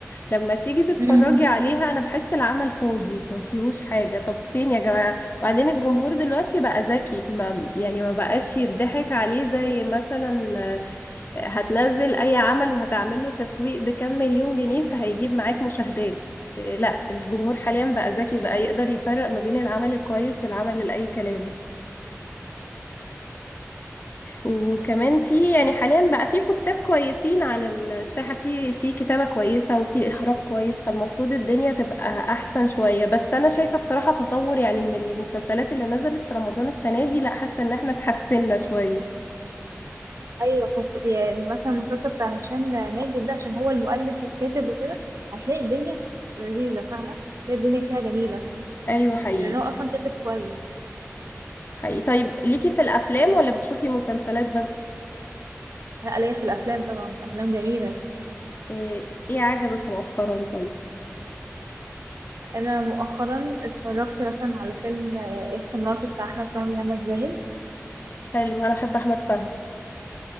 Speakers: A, on the left (about 40°); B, on the right (about 80°).
A: لما تيجي تتفرجي
B: امم
A: عليها أنا بحس العمل فاضي ما فيهوش حاجة طب فين يا جماعة وبعدين الجمهور دلوقتي بقى ذكي ما يعني ما بقاش يضحك عليه زي مثلا هتنزل اي عمل وهتعمل له تسويق بكام مليون جنيه فهيجيب معاك مشاهدات آه، لا الجمهور حاليا بقى ذكي بقى يقدر يفرق ما بين العمل الكويس والعمل اللي اي كلام وكمان في يعني حاليا بقى في كتاب كويسين على الساحة في في كتابة كويسة وفي اخراج كويس فالمفروض الدنيا تبقى احسن شوية بس انا شايفة بصراحة تطور يعني من المسلسلات اللي نزلت في رمضان السنة دي لا حاسة ان احنا اتحسنا شوية
B: ايوه خصو- يعني مثلا المسلسل بتاع هشام ماجد ده عشان هو المؤلف والكاتب وكده هتلاقي الدنيا لذيذه فاهمه هتلاقي الدنيا فيها جميله
A: ايوه حقيقي
B: لان هو اصلا كاتب كويس
A: حقيقي طيب ليكي في الافلام ولا بتشوفي مسلسلات بس
B: انا ليا في الافلام طبعا افلام جميله
A: إيه, ايه عجبك مؤخرا طيب
B: انا مؤخرا اتفرجت مثلا على فيلم آه، اكس مراتي بتاع احمد فهمي هنا الزاهد
A: حلو انا بحب احمد فهمي